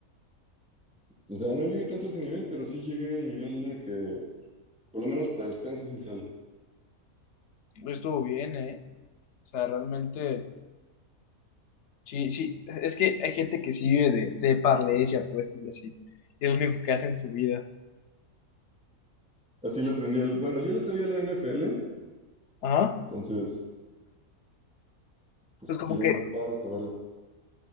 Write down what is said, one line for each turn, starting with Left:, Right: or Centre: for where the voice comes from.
Centre: O sea, no llegué tanto a ese nivel, pero sí llegué al nivel de que, por lo menos para despensas sí sale.
Left: Lo estuvo bien, ¿eh? O sea, realmente, sí, sí, es que hay gente que sí vive de, de parleys y apuestas y así. Y es lo único que hace en su vida.
Centre: Así le aprendí el. Bueno, ya le sabía la NFL,
Left: Ajá.
Centre: entonces, pues
Left: Pues como
Centre: tiré
Left: que,
Centre: un paro a saberla.